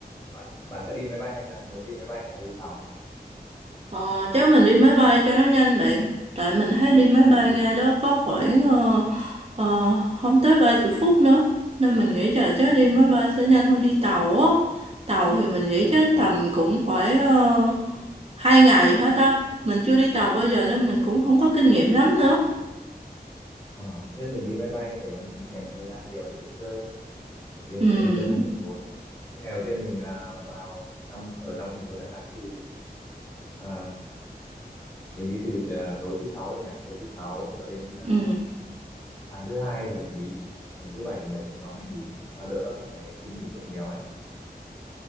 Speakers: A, on the left (about 20°); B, on the right (about 40°).
A: bạn bạn sẽ đi máy bay hay là muốn đi máy bay hay là đi tàu
B: Ờ, chắc mình đi máy bay cho nó nhanh bạn. Tại mình thấy đi máy
A: à,
B: bay
A: đi
B: ra đó có khoảng ờ, ờ, không tới ba chục phút nữa. Nên mình nghĩ là chắc
A: ờ,
B: đi máy bay sẽ nhanh hơn đi tàu á. Tàu thì mình nghĩ
A: thôi,
B: chắc
A: ờ,
B: tầm cũng phải uh, 2 ngày hết á. Mình chưa đi tàu bao giờ nên mình cũng không có kinh nghiệm lắm nữa.
A: ờ. thế mình đi máy bay để cho mình dành thời gian nhiều để đi chơi đi ở đi,
B: Ừ,
A: để đi chơi trong thành phố cái ngày đầu tiên mình à, vào trong ở trong thành phố Đà Nẵng thì à, mình đi từ à, tối thứ sáu đấy nhỉ tối thứ sáu cho đến à,
B: ừ,
A: sáng thứ hai là hợp lý còn thứ bảy chủ nhật mình có ngày nghỉ cho đỡ phải xin nghỉ việc nhiều ấy